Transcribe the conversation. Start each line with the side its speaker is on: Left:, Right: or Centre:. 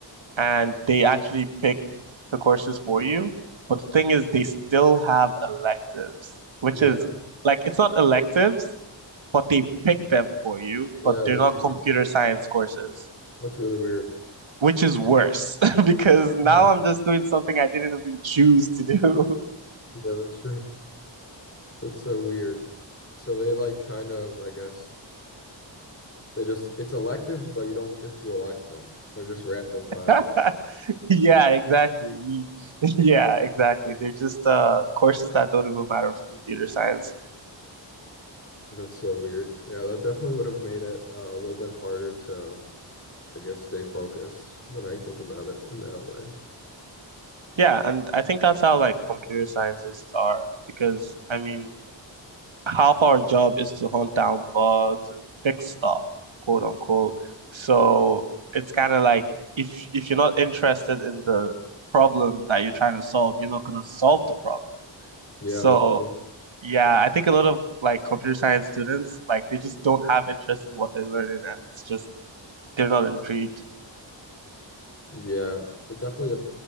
Right: and they actually pick the courses for you. But the thing is they still have electives, which
Left: yeah.
Right: is like it's not electives, but they pick them for you,
Left: Yeah,
Right: but they're
Left: that's
Right: not
Left: weird.
Right: computer science courses,
Left: That's really weird.
Right: which is worse <laughs> because now
Left: Yeah,
Right: I'm just doing something I didn't even choose to do.
Left: yeah, that's true. That's so weird. So they like kind of, I guess, they just, it's electives, but you don't get to elect them. They're just random class.
Right: <laughs> Yeah, exactly. You, <laughs> yeah, exactly. They're just uh courses that don't even matter for computer science.
Left: That's so weird. Yeah, that definitely would have made it uh, a little bit harder to, I guess, stay focused when I think about it in that way.
Right: Yeah, and I think that's how like computer scientists are because I mean, half our job is to hunt down bugs and fix stuff, quote unquote. So it's kind of like if if you're not interested in the problem that you're trying to solve, you're not gonna solve the problem.
Left: Yeah,
Right: So
Left: that's true.
Right: yeah, I think a lot of like computer science students, like they just don't have interest in what they're learning and it's just They're not intrigued.
Left: Yeah, it definitely a,